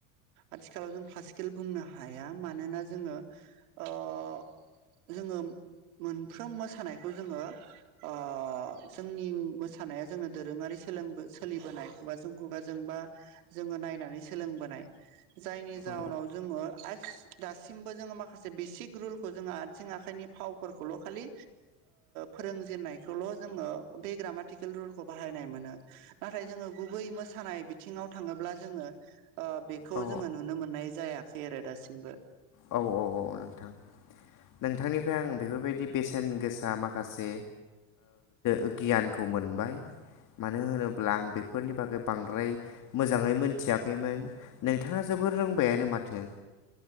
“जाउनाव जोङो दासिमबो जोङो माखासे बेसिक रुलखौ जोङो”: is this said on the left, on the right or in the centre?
Right